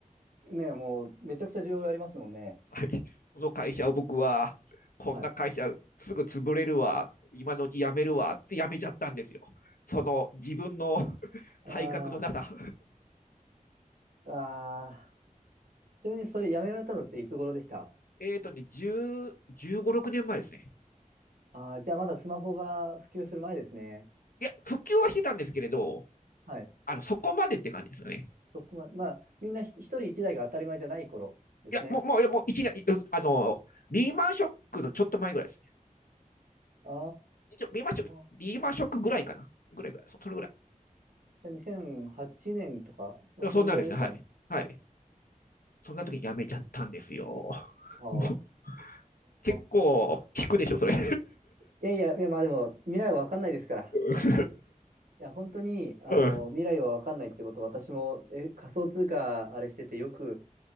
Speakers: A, on the right; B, on the left.
A: ねえ、もうめちゃくちゃ需要ありますもんね。
B: はい。その会社を僕は、こんな会社すぐ潰れるわ、
A: はい。
B: 今のうち辞めるわって辞めちゃったんですよ。その自分の <laughs> 才覚のなさ。
A: ああああちなみにそれやめられたのっていつ頃でした
B: えっとね、10、15、6年前ですね。
A: ああー、じゃあまだスマホが普及する前ですね。
B: いや、復旧はしてたんですけれど、
A: はい。
B: あの、そこまでって感じですよね。
A: そこまで、まあ、みんなひ一人一台が当たり前じゃない頃ですね。
B: いや、もう、もう、もう一年、あの、リーマンショックのちょっと前ぐらいですね。
A: あ
B: リーマンショック、
A: あ、
B: リーマンショックぐらいかな。ぐらいぐらい。そそれぐらい。
A: じゃあ2008年とか、まあそんぐらいですよね。
B: でもそんなんですね。はい。はい。そんな時に辞めちゃったんですよ。
A: は
B: もう、結構、
A: あ。
B: 聞くでしょ、それ。
A: いやいや、いや、まあでも、未来は分かんないですから。
B: <laughs>
A: いや、本当に、あの、
B: うん。
A: 未来は分かんないってこと、私も、え、仮想通貨、あれしててよく、